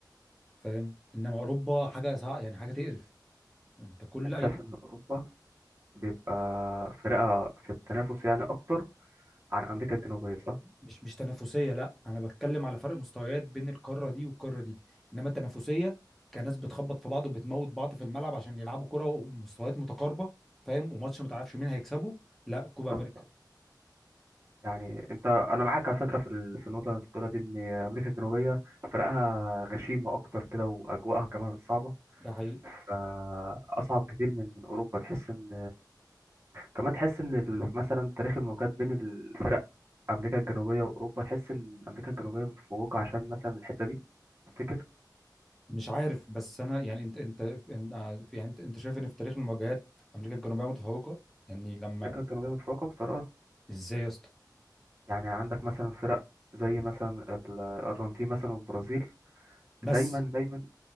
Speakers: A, in the centre; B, on the right.
A: فاهم انما اوروبا حاجه صع... يعني حاجه تقرف انت كل
B: انت
A: اي
B: شايف ان اوروبا بيبقى فرقها في التنافس يعني اكتر عن امريكا الجنوبية صح؟
A: مش مش تنافسيه لا انا بتكلم على فرق مستويات بين القاره دي والقاره دي انما التنافسيه كناس بتخبط في بعض وبتموت بعض في الملعب عشان يلعبوا كره ومستويات متقاربه فاهم وماتش ما تعرفش مين هيكسبه لا كوبا
B: بالظبط
A: امريكا
B: يعني انت انا معاك على فكرة في ال- في النقطة اللي انت بتقولها دي ان امريكا الجنوبية فرقها غشيمة اكتر كده واجواءها كمان صعبة
A: ده حقيقي
B: فاصعب كتير من من اوروبا تحس ان كمان تحس ان ال- مثلا تاريخ المواجهات بين الفرق امريكا الجنوبيه واوروبا تحس ان امريكا الجنوبيه متفوقه عشان مثلا الحته دي تفتكر
A: مش عارف بس انا يعني انت انت انت يعني انت انت شايف ان في تاريخ المواجهات امريكا الجنوبيه متفوقه يعني لما
B: امريكا الجنوبيه متفوقه بطريقه
A: ازاي يا اسطى
B: يعني عندك مثلا فرق زي مثلا ال- الارجنتين مثلا والبرازيل
A: بس
B: دايما دايما